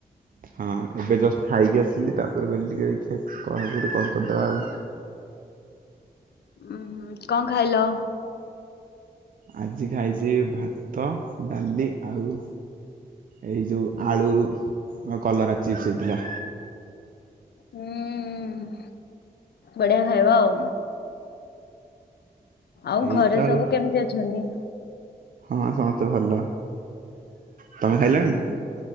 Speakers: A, on the right; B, on the left.
A: ହଁ ଏବେ ଜଷ୍ଟ ଖାଇକି ଆସିଲି ତାପରେ କହିଲି ଟିକେ ଦେଖିବା କଢା କୁଢ଼ି କଲ କରିଦେବା ଆଉ।
B: ଉୁଁ ହୁଁ କଣ ଖାଇଲ?
A: ଆଜି ଖାଇଛି ଭାତ, ଡାଲି, ଆଉ। ଏଇ ଯୋଉ ଆଳୁ, କଲରା ଚିପ୍ସ ହେଇଥିଲା।
B: ହୁଁ, ବଢିଆ ଖାଇବା ଆଉ। ଆଉ
A: ଏଇତ
B: ଘରେ
A: ଆଉ
B: ସବୁ କେମିତି ଅଛନ୍ତି?
A: ହଁ ସମସ୍ତେ ଭଲ। ତମେ
B: ହୁଁ,
A: ଖାଇଲଣି
B: ହୁଁ,